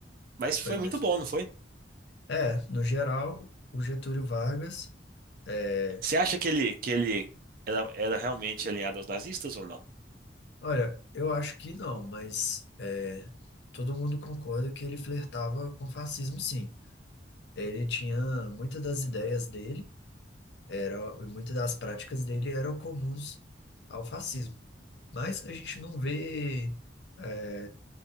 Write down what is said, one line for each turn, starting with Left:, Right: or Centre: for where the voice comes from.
Right: Mas foi
Left: Foi mesmo.
Right: muito bom, não foi?
Left: É, no geral, o Getúlio Vargas. É,
Right: Você acha que ele, que ele era, era realmente alinhado aos nazistas ou não?
Left: olha, eu acho que não, mas é, todo mundo concorda que ele flertava com fascismo, sim. Ele tinha muitas das ideias dele, era, e muitas das práticas dele eram comuns ao fascismo. Mas a gente não vê é,